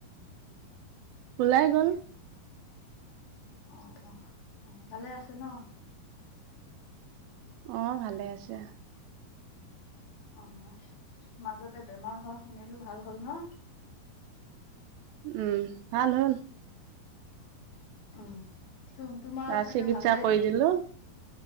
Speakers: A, on the right; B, on the left.
A: ওলাই গ'ল
B: অ অ অ ভালে আছে ন
A: আহ ভালে আছে
B: অ মাজতে বেমাৰ হোৱা শুনিলো ভাল হ'ল ন
A: উম ভাল হ'ল
B: উমুম তোমাৰো
A: তাৰ
B: চাগে
A: চিকিৎসা
B: ভালে
A: কৰি দিলো